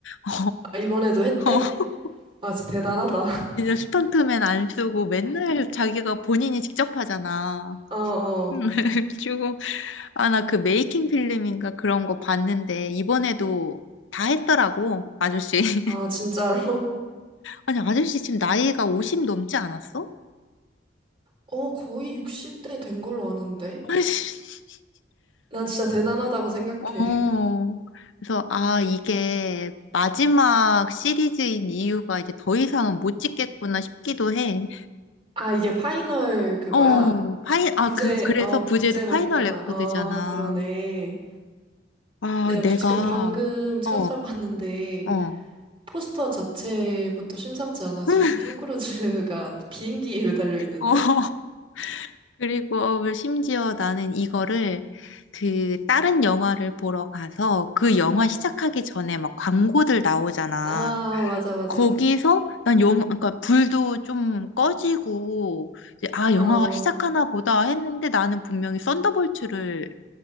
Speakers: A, on the left; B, on the right.
A: <laughs>
B: 아, 이번에도 했대.
A: 어, 어.
B: 아, 진짜 대단하다.
A: 이제 스턴트맨 안 쓰고 맨날 자기가 본인이 직접 하잖아.
B: <laughs> 어어.
A: <laughs> 주고, 아, 나 그 메이킹 필름인가 그런 거 봤는데, 이번에도 다 했더라고, 아저씨. <laughs>
B: 아, 진짜로?
A: 아니, 아저씨 지금 나이가 50 넘지 않았어?
B: 어, 거의 60대 된 걸로 아는데?
A: <laughs>
B: 난 진짜 대단하다고 생각해.
A: 어, 그래서, 아, 이게 마지막 시리즈인 이유가 이제 더 이상은 못 찍겠구나 싶기도 해.
B: 아, 이게 파이널 그거야?
A: 어, 파이, 아,
B: 부제,
A: 그, 그래서
B: 어,
A: 부제도
B: 부제
A: 파이널
B: 보니까,
A: 레코드잖아.
B: 어, 그러네.
A: 아,
B: 내가
A: 내가,
B: 지금 방금 찾아봤는데,
A: 어, 어,
B: 포스터 자체부터 심상치 않아. 지금
A: <laughs>
B: 톰 크루즈가 <laughs> 비행기에 매달려 있는데?
A: 어. 그리고 심지어 나는 이거를 그 다른 영화를 보러 가서 그 영화 시작하기 전에 막 광고들 나오잖아.
B: 아, 맞아, 맞아.
A: 거기서 난 영, 그러니까 불도 좀 꺼지고 이제 아 영화가
B: 어, 어.
A: 시작하나 보다 했는데 나는 분명히 썬더볼츠를